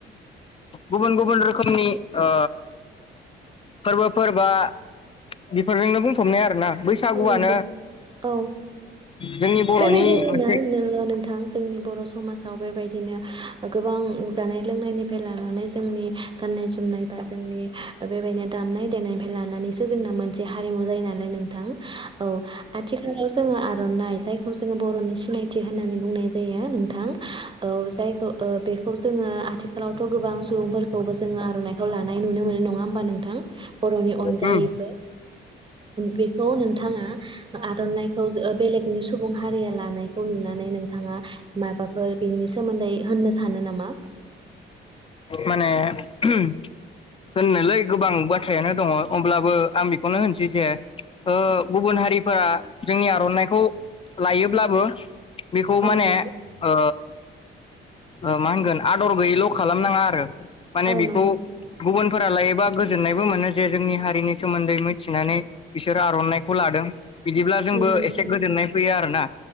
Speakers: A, on the left (about 30°); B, on the right (about 25°).
A: गुबुन गुबुन रोखोमनि ओ फोरबोफोरबा बेफोरजोंनो बुंफबनाय आरोना बैसागुआनो
B: औ नंगौ औ,
A: जोंनि बर'नि
B: बेबायदिनो
A: मोनसे
B: ना नोङो नोंथां जोंनि बर' समाजाव बेबाय दिनो गोबां जानाय लोंनायनिफ्राय लानानै जोंनि गाननाय जोमनाय बा जोंनि दा बेबायदिनो दामनाय देनायफ्राय लानानैसो जोंना मोनसे हारिमु जायो नालाय नोंथां औ आथिखालाव जोङो आर'नाइ जायखौ जोङो बर'नि सिनायथि होननानै बुंनाय जायो नोंथां औ जायखौ बेखौ जोङो आथिखालाव आवथ' गोबां सुबुंफोरखौबो जोङो आर'इखौ लानाय नुनो मोनो नङा होमबा नोंथां बर'नि अनगायैबो
A: उम
B: बे नोंथाङा आर'नाइखौ बेलेगनि सुबुं हारिया लानायखौ नुनानै नोंथाङा माबाफोर बेनि सोमोन्दै होननो सानो नामा
A: माने <inaudible> होननोलै गोबां बाथ्रायानो दङ अब्लाबो आं बेखौनो होनसै जे ओ गुबुन हारिफोरा जोंनि आर'नाइखौ लायोब्लाबो बेखौ
B: औ
A: माने
B: नंगौ
A: ओ ओ मा होनगोन आदर गैयैल' खालामनाङा आरो माने
B: औ
A: बेखौ
B: नंगौ नोंथां
A: गुबुनफोरा लायोबा गोजोननायबो मोनो जे जोंनि हारिनि सोमोन्दै मिथिनानै बिसोरो आर'नाइखौ लादों बिदिब्ला जोंबो
B: नंगौ नोंथां।
A: एसे गोजोननाय फैयो आरोना